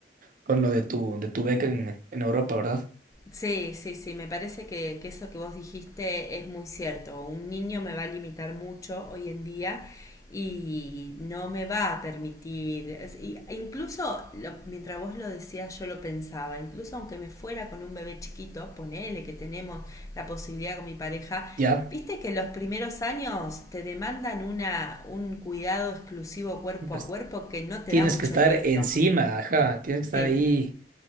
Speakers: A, on the right (about 50°); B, on the left (about 20°).
A: con lo de tu, de tu beca en, en Europa, ¿verdad?
B: Sí, sí, sí, me parece que, que eso que vos dijiste es muy cierto. Un niño me va a limitar mucho hoy en día y no me va a permitir, es- y- incluso lo- mientras vos lo decías yo lo pensaba, incluso aunque me fuera con un bebé chiquito, ponele que tenemos la posibilidad con mi pareja,
A: Ya,
B: viste que los primeros años te demandan una, un cuidado exclusivo cuerpo
A: pues
B: a cuerpo que no te
A: tienes
B: da mucho
A: que estar
B: resto.
A: encima, ajá, tienes que
B: Sí,
A: estar ahí